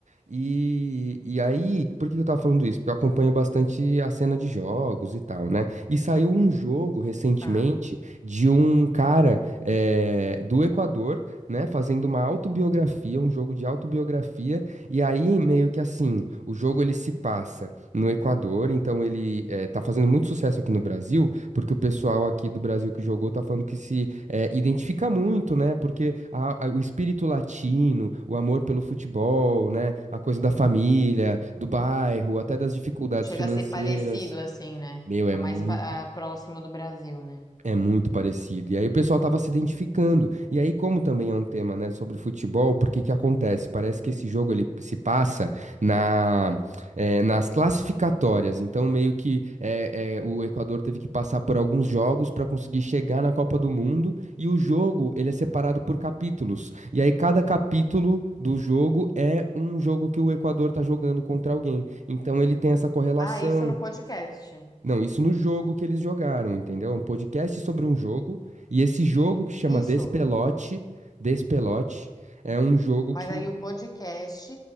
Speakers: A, on the right (about 65°); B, on the left (about 30°).
A: E, e aí, por que que eu tava falando isso? Porque eu acompanho bastante a cena de jogos e tal, né? E saiu um jogo recentemente
B: Tá.
A: de um cara eh, do Equador, né, fazendo uma autobiografia, um jogo de autobiografia. E aí, meio que assim, o jogo ele se passa no Equador, então ele eh, tá fazendo muito sucesso aqui no Brasil, porque o pessoal aqui do Brasil que jogou tá falando que se é, identifica muito, né? Porque a- a- o espírito latino, o amor pelo futebol, né? A coisa da família, do bairro, até das dificuldades
B: Chega
A: financeiras.
B: a ser parecido, assim, né?
A: Meu, é
B: Tá
A: muito
B: mais pa- ah, próximo do Brasil, né?
A: é muito parecido. E aí o pessoal estava se identificando. E aí, como também é um tema, né, sobre futebol, porque que acontece? Parece que esse jogo ele se passa na, eh, nas classificatórias. Então, meio que eh, eh, o Equador teve que passar por alguns jogos para conseguir chegar na Copa do Mundo. E o jogo ele é separado por capítulos. E aí, cada capítulo do jogo é um jogo que o Equador está jogando contra alguém. Então, ele tem essa correlação.
B: Ah, isso no podcast.
A: Não, isso no jogo que eles jogaram, entendeu? É um podcast sobre um jogo, e esse jogo que chama
B: Isso.
A: Despelote, Despelote, é um jogo
B: Mas
A: que.
B: aí o podcast,